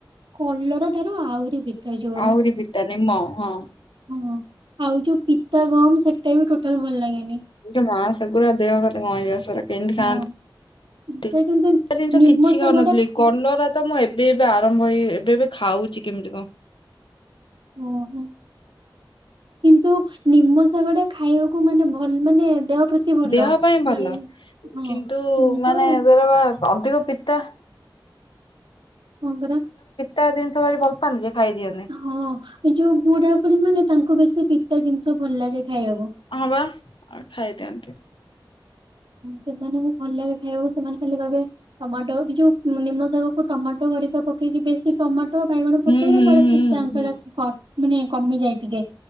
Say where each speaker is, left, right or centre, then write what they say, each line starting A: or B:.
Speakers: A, on the right (about 80°); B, on the left (about 85°).
A: କଲରା ଠାରୁ ଆହୁରି ପିତା ଜୋରେ
B: ଆହୁରି ପିତା ନିମ ହଁ
A: ହଁ ଆଉ ଯୋଉ ପିତା ଗମ ସେଟା ବି ଟୋଟାଲ ଭଲ ଲାଗେ
B: <unintelligible> ଦେହ କଥା କଣ ହେଇଯାଉଚି ସେରା କେମିତି ଖାଆନ୍ତି
A: ହଁ। ସେ
B: <unintelligible>
A: କିନ୍ତୁ
B: ଜିନିଷ
A: ନିମ
B: କିଛି
A: ଶାଗ
B: ଖାଉନଥିଲି
A: ଟା ଖାଏ
B: କଲରା ତ ମୁଁ ଏବେ ଏବେ ଏବେ ଆରମ୍ଭ ହେଇ ଏବେ ଏବେ ଖାଉଛି କେମିତି କଣ
A: ଓହୋ କିନ୍ତୁ ନିମ ଶାଗ ଟା ଖାଇବାକୁ ମାନେ ଭଲ ମାନେ ଦେହ ପ୍ରତି ଭଲ।
B: ଦେହ ପାଇଁ ଭଲ
A: ଏଇ ହଁ
B: କିନ୍ତୁ
A: କିନ୍ତୁ
B: ମାନେ ଧର ବା ଅଧିକ ପିତା
A: ହଙ୍ଗରା
B: ତା ଜିନିଷ ଭଲ ପାଆନ୍ତି ଯେ ଖାଇଦିଅନ୍ତି।
A: ହଁ ଏ ଯୋଉ ବୁଢା ବୁଢୀ ମାନେ ତାଙ୍କ ବେଶୀ ପିତା ଜିନିଷ ଭଲ ଲାଗେ ଖାଇବାକୁ।
B: ହଁ ବା ଖାଇଦିଅନ୍ତିୁ
A: ସେମାନଙ୍କୁ ଭଲ ଲାଗେ ଖାଇବାକୁ ସେମାନେ ଖା କହିବେ ଟମାଟୋ ବି ଯୋଉ ନିମ ଶାଗକୁ ଟମାଟ ହରିକା ପକେଇକି ବେଶୀ ଟମାଟୋ ବାଇଗଣ ପକେଇଲେ
B: ହୁଁ ହୁଁ
A: କଲେ
B: ହୁଁ
A: ତା ପିତା ଅଂଶ
B: ହୁଁ।
A: ଟା କ ମାନେ କମିଯାଏ ଟିକେ